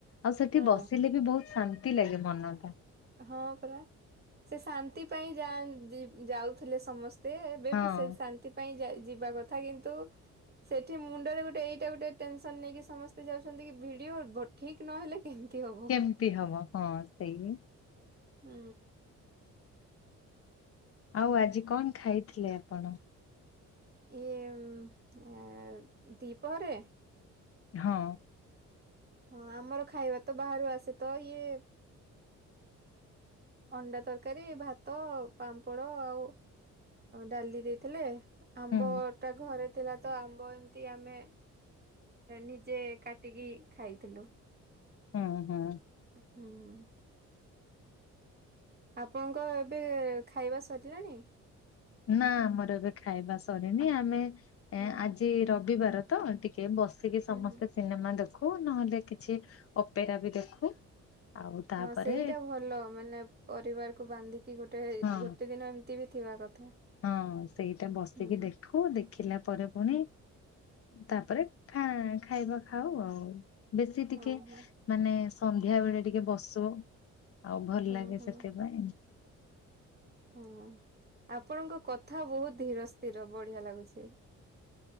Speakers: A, on the left; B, on the right.
A: ଆଉ ସେଠି
B: ହଁ
A: ବସିଲେ ବି ବହୁତ ଶା ନ୍ତି ଲାଗେ ମନଟା।
B: ହଁ ପରା, ସେ ଶାନ୍ତି ପାଇଁ ଯାଇ ବି ଯାଉଥିଲେ ସମସ୍ତେ ସେ ଏବେ
A: ହଁ।
B: ବି ସେ ଶାନ୍ତି ପାଇଁ ଯିବା କଥା କିନ୍ତୁ ସେଠି ମୁଣ୍ଡରେ ଗୋଟେ ଏଇଟା ଗୋଟେ ଟେନସନ ନେଇକି ସମସ୍ତେ ଯାଉଛନ୍ତି କି ଭିଡିଓ ଠିକ ନହେଲେ କେମିତି ହବ।
A: କେମିତି ହବ ହଁ ସେଇ
B: ହୁଁ।
A: ଆଉ ଆଜି କଣ ଖାଇଥିଲେ ଆପଣ?
B: ଇଏ ଉଁ ଦିପହରେ?
A: ହଁ।
B: ହଁ ଆମର ଖାଇବା ତ ବାହାରୁ ଆସେ ତ ଇଏ ଅଣ୍ଡା ତରକାରୀ ଭାତ ପାମ୍ପଡ ଆଉ ଡାଲି ଦେଇଥିଲେ। ଆମ୍ବ
A: ହୁଁ
B: ଟା ଘରେ ଥିଲା ତ ଆମ୍ବ ଏମିତି ଆମେ ନିଜେ କାଟିକି ଖାଇଥିଲୁ।
A: ହୁଁ ହୁଁ।
B: ହୁଁ। ଆପଣଙ୍କ ଏବେ ଖାଇବା ସରିଲାଣି?
A: ନା ଆମର ଏବେ ଖାଇବା ସରିନି। ଆମେ
B: ହୁଁ ହୁଁ
A: ଆଜି ରବିବାର ତ ଟି କେ ବସିକି ସମସ୍ତେ
B: ହୁଁ ହୁଁ।
A: ସିନେମା ଦେଖୁ, ନହେଲେ କିଛି ଅପେରା ବି ଦେଖୁ। ଆଉ ତାପରେ
B: ହଁ ସେଇଟା ଭଲ ମାନେ ପରିବାରକୁ ବାନ୍ଧିକି ଗୋଟେ
A: ହଁ
B: ଗୋଟେ ଦିନ ଏମିତି ବି ଥିବା କଥା।
A: ହଁ ସେଇଟା ବସିକି
B: ହୁଁ
A: ଦେଖୁ ଦେଖିଲା ପରେ ପୁଣି ତାପରେ ଖା ଖାଇବା ଖାଉ ଆଉ। ବେଶୀ ଟିକେ
B: ହଁ ହଁ
A: ମାନେ ସନ୍ଧ୍ୟା ବେଳେ ଟିକେ ବସୁ ଆଉ ଭଲ
B: ହଁ
A: ଲାଗେ
B: ହଁ।
A: ସେଥିପାଇଁ।
B: ହଁ ଆପଣଙ୍କ କଥା ବହୁତ ଧିର ସ୍ଥିର ବଢିଆ ଲାଗୁଛି।